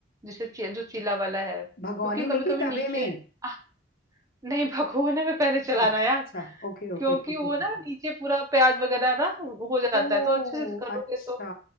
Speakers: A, on the right; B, on the left.
A: जिसे ची, जो चीला वाला है क्योंकि
B: भगोने में
A: कभी
B: कि
A: कभी
B: तवे
A: नीचे
B: में
A: आह, नहीं <laughs> भगोने में पहले
B: अच्छा
A: चलाना
B: अच्छा
A: यार
B: ओके ओके
A: क्योंकि
B: ठीक
A: वो
B: है ठीक
A: ना
B: है
A: नीचे पूरा प्याज वगैरह ना हो जाता
B: ओ
A: है तो अच्छे से करोगे
B: अच्छा
A: तो